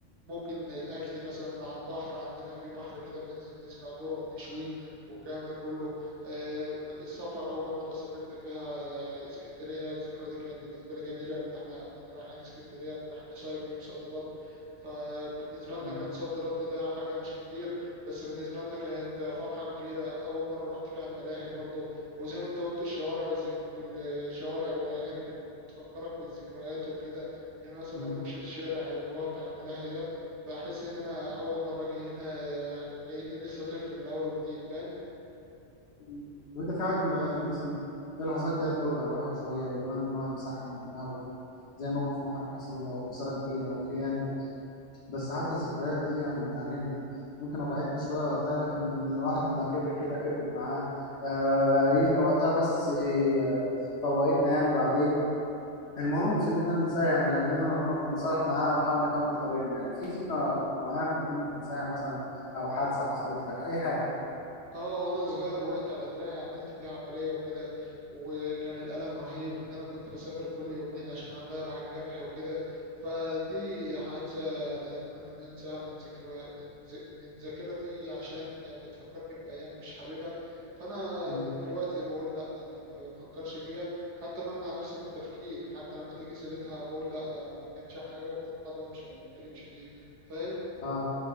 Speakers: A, on the right; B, on the left.
A: ممكن الأكل مثلا على البحر عندنا في بحر كده بننزل نسرق ذرة ونشويه والكلام ده كله آه، السفر أول مرة سافرت فيها آه، اسكندرية الذكرى دي كانت بالنسبة لي جميلة لأن احنا كنا رايحين اسكندرية رايحين نصيف يوم صد رد فبالنسبة لنا
B: مم،
A: كان صد رد ده حاجة مش كتير بس بالنسبة لنا كانت فرحة كبيرة أول مرة رحت فيها الملاهي برضه وزي ما أنت قلت الشوارع والذك... والشوارع والأغاني بتفكرك بالذكريات وكده يعني أنا مثلا
B: مم.
A: لما أمشي في الشارع اللي هو بتاع الملاهي ده بحس ان انا اول مره اجي هنا آه، كاني لسه طفل من الاول وجديد فاهم
B: مم. طب أنت في حاجة مضايقة يعني مثلا في لحظات كده بتوجع الواحد شوية بيتمنى إن هو يمسحها من دماغه زي موقف محرج حصل له أو خسارة كبيرة أو خيانة بس حتى الذكريات دي يعني بتعلمنا يمكن وجعتنا شوية وقتها لكن الواحد لما كبر كده كبرت معاه آه يمكن وقتها بس آه فوقتنا يعني بعدين المهم مش اننا ننساها يعني لكننا نت- نتصالح معاه ونحاول نكمل طريقنا يعني في ذكرى معينة بتتمنى تنساها مثلا او حادثة حصلت لك اي حاجة
A: اه وانا صغير وقعت على دراعي عملت فيه عملية وكده وكان الألم رهيب وان انا كنت بسافر كل يومين عشان اغير على الجرح وكده فدي حادثة انا اتمنى ان أنا انساها من ذكرى من ذ... من ذاكرتي عشان بتفكرني بأيام مش حاببها فانا
B: مم.
A: من دلوقتي بقول لا انا ما بفكرش فيها حتى بمنع نفسي من التفكير حتى لما تيجي سيرتها بقول لا ده ما كانش حاجة وباخد بعض وامشي ما بتكلمش فيها فاهم
B: اه